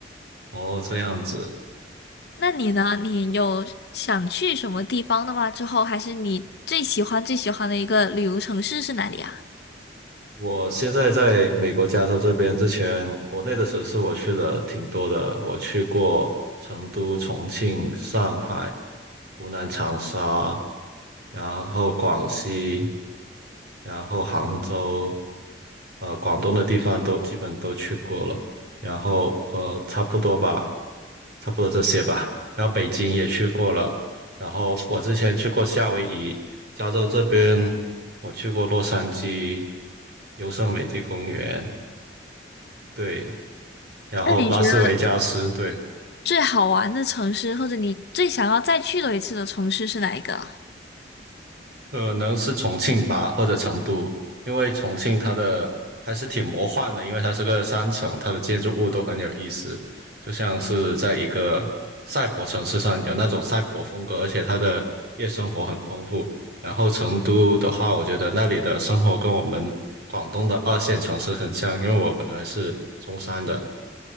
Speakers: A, on the right (about 60°); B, on the left (about 60°).
A: 哦，这样子。
B: 那你呢？你有想去什么地方的吗？之后还是你最喜欢最喜欢的一个旅游城市是哪里啊？
A: 我现在在美国加州这边，之前国内的城市我去了挺多的，我去过成都、重庆、上海、湖南长沙，然后广西。然后杭州，呃，广东的地方都基本都去过了，然后呃，差不多吧，差不多这些吧。然后北京也去过了，然后我之前去过夏威夷，加州这边我去过洛杉矶、优胜美地公园，对，然后拉斯维加斯，
B: 那你觉得
A: 对。
B: 最好玩的城市，或者你最想要再去的一次的城市是哪一个啊
A: 可能是重庆吧，或者成都，因为重庆它的还是挺魔幻的，因为它是个山城，它的建筑物都很有意思，就像是在一个赛博城市上有那种赛博风格，而且它的夜生活很丰富。然后成都的话，我觉得那里的生活跟我们广东的二线城市很像，因为我本来是中山的，